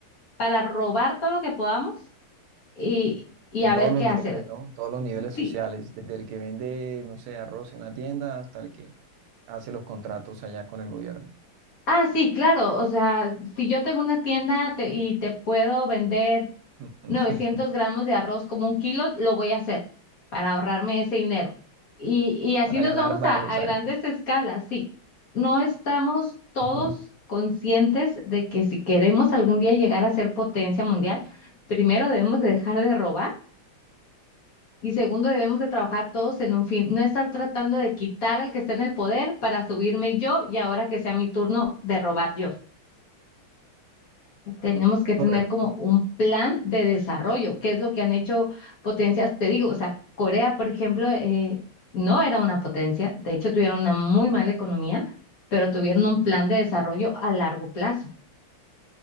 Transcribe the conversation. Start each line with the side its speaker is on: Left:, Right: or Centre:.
Left: para robar todo lo que podamos y, y
Right: En
Left: a
Right: todos
Left: ver
Right: los
Left: qué
Right: niveles,
Left: hace.
Right: ¿no? En Todos los niveles
Left: Sí,
Right: sociales, desde el que vende, no sé, arroz en la tienda hasta el que hace los contratos allá con el gobierno.
Left: ah, sí, claro, o sea, si yo tengo una tienda te- y te puedo vender
Right: <laughs>
Left: 900 gramos de arroz como un kilo, lo voy a hacer para ahorrarme ese dinero. Y, y así
Right: Para
Left: nos
Right: ganar
Left: vamos
Right: más,
Left: a, a
Right: exacto.
Left: grandes escalas, sí. No estamos todos
Right: Ujú.
Left: conscientes de que si queremos algún día llegar a ser potencia mundial, primero debemos de dejar de robar Y segundo, debemos de trabajar todos en un fin, no estar tratando de quitar al que está en el poder para subirme yo y ahora que sea mi turno de robar yo. Tenemos que
Right: Correcto,
Left: tener como un plan de desarrollo, que es lo que han hecho potencias, te digo, o sea, Corea, por ejemplo, eh, no era una potencia, de hecho tuvieron una muy mala economía, pero tuvieron un plan de desarrollo a largo plazo.